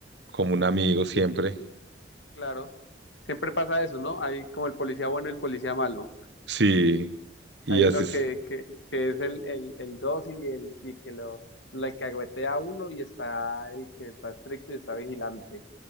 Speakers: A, on the right; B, on the left.
A: como un amigo siempre.
B: Claro, siempre pasa eso, ¿no? Hay como el policía bueno y el policía malo.
A: Sí, y
B: Hay
A: así
B: uno
A: es.
B: que, que, que es el, el, el dócil y el, y que lo, lo alcahuetea a uno y está el que está estricto y está vigilante.